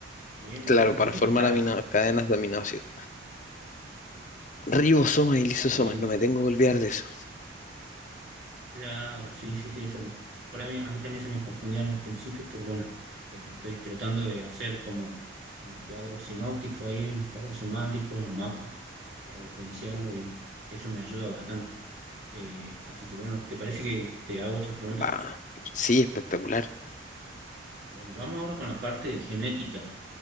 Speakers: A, on the right; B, on the left.
A: Bien,
B: Claro,
A: bla,
B: para
A: o sea
B: formar
A: que está
B: amino- cadenas de aminoácidos. Ribosomas y lisosomas,
A: bien,
B: no me tengo que olvidar de eso.
A: Claro, sí, sí, sí, eso. Por ahí a mí también se me confundían al principio, pero bueno, eh, estoy tratando de hacer como un cuadro sinóptico ahí, un cuadro semántico, un mapa para diferenciarlo y eso me ayuda bastante. Eh, así que bueno, ¿te parece que te hago otra pregunta?
B: Va, sí, espectacular.
A: Bueno, vamos ahora con la parte de genética.